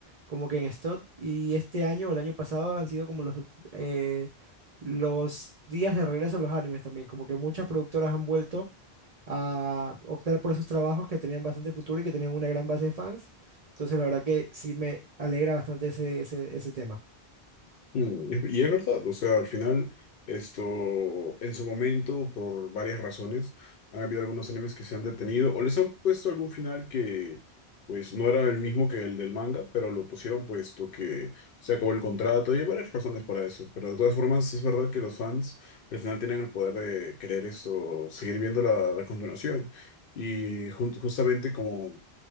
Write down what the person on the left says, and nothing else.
Mm, Y y es verdad, o sea, al final, esto, en su momento, por varias razones, han habido algunos animes que se han detenido o les han puesto algún final que, pues, no era el mismo que el del manga, pero lo pusieron puesto que se acabó el contrato y hay varias razones para eso. Pero de todas formas, es verdad que los fans al final tienen el poder de querer esto, seguir viendo la, la continuación. Y jun- justamente como